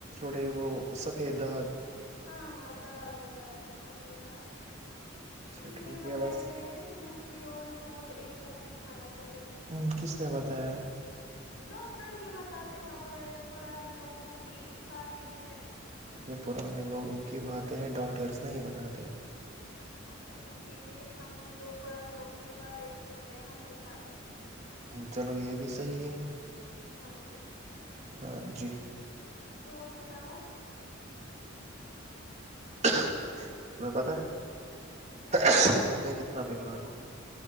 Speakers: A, on the right (about 35°); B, on the left (about 85°).
A: جے وہ سفیدا
B: ہاں ہاں داغ ہو جاتے ہیں سفید داغ
A: اچھا
B: اسی
A: ٹھیک
B: لیے بتایا
A: ہے بس
B: گیا ہے نا کہ مچھلی اور دودھ ایک ساتھ یہ کھانا چاہیے
A: ہو کس نے بتایا
B: ڈاکٹر بھی بتاتے ہیں اور پرانے لوگوں کی بات ٹی وی ہے
A: یہ پرانے لوگوں کی باتیں ہیں ڈاکٹرس نہیں بتاتے
B: اچھا اچھا ٹھیک لیکن ہم تو پرانے لوگوں کی باتیں بھی سنتے ہیں ہم نہیں کھاتے ہیں
A: چلو یہ بھی صحیح ہے
B: ہاں جی
A: ہاں جی
B: اور بتاؤ اپ
A: تمہیں پتہ ہے
B: کیا
A: میں میں بیمار ہوں